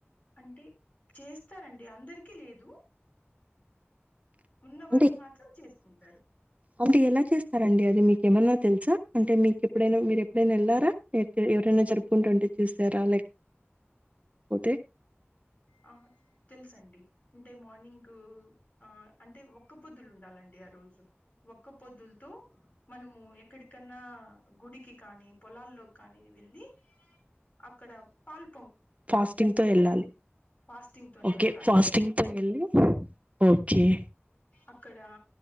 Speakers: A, on the left (about 45°); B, on the right (about 30°).
A: అంటే చేస్తారండి అందరికి లేదు ఉన్న
B: అంటే
A: వాళ్ళు మాత్రం చేసుకుంటారు
B: అంటే ఎలా చేస్తారండి అది మీకేమన్నా తెలుస అంటే మీకు ఎప్పుడైనా మీరు ఎప్పుడైనా వెళ్ళారా ఎ ఎవరైనా జరుపుకుంటుంటే చూసారా లేకపోతే
A: ఆ తెలుసండి అంటే మార్నింగ్ ఆ అంటే ఒక్క పొద్దులు ఉండాలండి ఆ రోజు ఒక్క పొద్దులతో మనము ఎక్కడికన్నా గుడికి కానీ పొలాల్లోకి కానీది వెళ్లి అక్కడ పాల్
B: ఫాస్టింగ్ తో వెళ్ళాలి
A: ఫాస్టింగ్ తోనే
B: ఓకే
A: వెళ్ళాలి
B: ఫాస్టింగ్తో వెళ్ళి ఓకే ఏ
A: అక్కడ